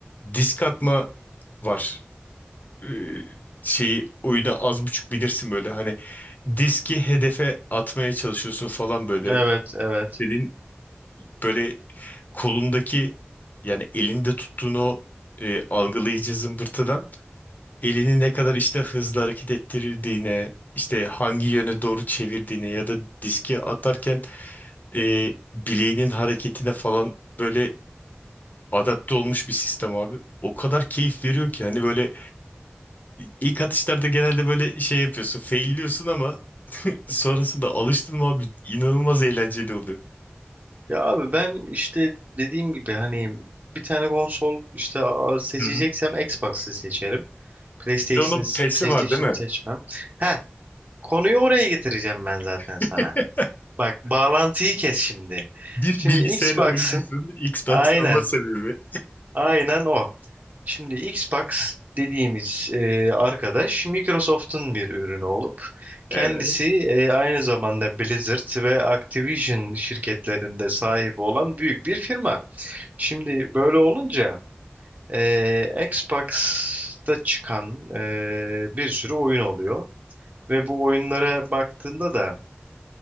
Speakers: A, on the left; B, on the right.
A: disk atma var. E, şeyi oyunu az buçuk bilirsin böyle hani diski hedefe atmaya çalışıyorsun falan böyle.
B: Evet, evet.
A: Senin böyle kolundaki yani elinde tuttuğun o e, algılayıcı zımbırtıdan elini ne kadar işte hızlı hareket ettirdiğine, işte hangi yöne doğru çevirdiğine ya da diski atarken e, bileğinin hareketine falan böyle adapte olmuş bir sistem abi. O kadar keyif veriyor ki hani böyle ilk atışlarda genelde böyle şey yapıyorsun, failliyorsun ama <laughs> sonrasında alıştın mı abi inanılmaz eğlenceli oluyor.
B: Ya abi ben işte dediğim gibi hani bir tane konsol işte a- seçeceksem
A: Hı hı.
B: Xbox'ı seçerim. PlayStation'ı
A: Bir de Onun PES'i
B: PlayStation'ı
A: var değil mi?
B: seçmem. He, Konuyu oraya getireceğim ben zaten
A: <laughs>
B: sana. Bak bağlantıyı kes şimdi.
A: Bir
B: Şimdi
A: bilgisayar
B: Xbox'ın
A: oyuncusunun Xbox
B: aynen
A: alma sebebi.
B: aynen o. Şimdi Xbox dediğimiz e, arkadaş Microsoft'un bir ürünü olup
A: Evet.
B: kendisi e, aynı zamanda Blizzard ve Activision şirketlerinde sahibi olan büyük bir firma. Şimdi böyle olunca e, Xbox'ta çıkan e, bir sürü oyun oluyor ve bu oyunlara baktığında da